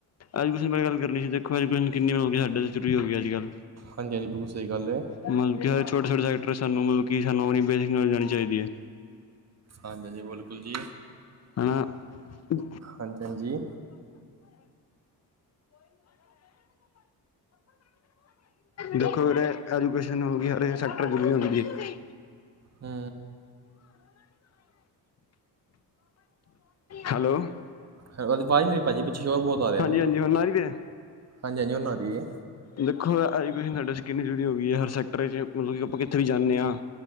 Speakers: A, on the left; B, on the right.
A: ਐਜੂਕੇਸ਼ਨ ਬਾਰੇ ਗੱਲ ਕਰਨੀ ਸੀ ਦੇਖੋ ਐਜੂਕੇਸ਼ਨ ਕਿੰਨੀ ਮਤਲਬ ਕਿ ਸਾਡੇ ਜ਼ਰੂਰੀ ਹੋ ਗਈ ਅੱਜ ਕੱਲ੍ਹ
B: ਹਾਂਜੀ-ਹਾਂਜੀ, ਬਿਲਕੁ ਸਹੀ ਗੱਲ ਹੈ।
A: ਮਤਲਬ ਹਰ ਛੋਟੇ ਛੋਟ ਸੈਕਟਰ ਸਾਨੂੰ ਮਤਲਬ ਸਾਨੂੰ ਆਪਣੀ ਬੇਸਿਕ ਨੌਲੇਜ ਆਉਣੀ ਚਾਹੀਦੀ ਹੈ
B: ਹਾਂਜੀ ਹਾਂਜੀ ਬਿਲਕੁਲ ਜੀ
A: ਹੈਂ <inaudible>
B: ਹਾਂਜੀ ਹਾਂਜੀ
A: ਦੇਖੋ ਵੀਰੇ ਐਜੂਕੇਸ਼ਨ ਹੋ ਗਿਆ, ਹਰੇਕ ਸੈਕਟਰ ਜ ਵੀ ਹੁੰਦੀ ਐ।
B: ਹੂ
A: ਹੈਲੋ
B: ਤੁਹਾਡੀ ਆਵਾਜ਼ ਨਹੀਂ ਆ ਰਹੀ ਭਾਜੀ, ਪਿੱਛੇ ਸੋਰ ਬਹੁਤ ਆ ਰਿਹਾ
A: ਹਾਂਜੀ
B: ਵੈ,
A: ਹਾਂਜੀ ਹੁਣ ਆ ਰਹੀ ਵੀਰੇ
B: ਹਾਂਜੀ ਹਾਂਜੀ ਹੁਣ ਆ ਰਹੀ ਐ
A: ਦੇਖੋ ਐਜੂਕੇਸ਼ਨ ਸਾਡੇ ਕਿੰਨੀ ਜ਼ਰਰੀ ਹੋ ਗਈ ਹੈ, ਹਰ ਸੈਕਟਰ ਮਤਲਬ ਕਿ ਆਪਾਂ ਕਿੱਥੇ ਵੀ ਜਾਂਨੇ ਆਂ